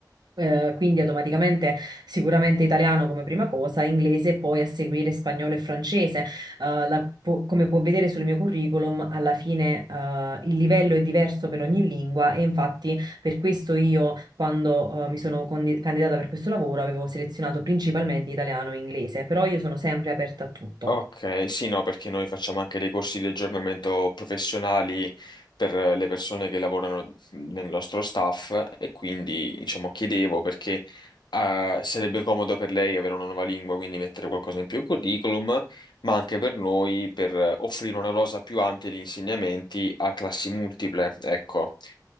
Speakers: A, on the right; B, on the left.
A: Eh, quindi automaticamente sicuramente italiano come prima cosa, inglese e poi a seguire spagnolo e francese. Eh, la- pu- come può vedere sul mio curriculum, alla fine eh, il livello è diverso per ogni lingua e infatti per questo io quando eh, mi sono condi- candidata per questo lavoro avevo selezionato principalmente italiano e inglese, però io sono sempre aperta a tutto.
B: ok, sì, no, perché noi facciamo anche dei corsi di aggiornamento professionali per le persone che lavorano nel nostro staff e quindi, diciamo, chiedevo perché eh, sarebbe comodo per lei avere una nuova lingua, quindi mettere qualcosa in più in curriculum, ma anche per noi per eh, offrire una rosa più ampia di insegnamenti a classi multiple, ecco.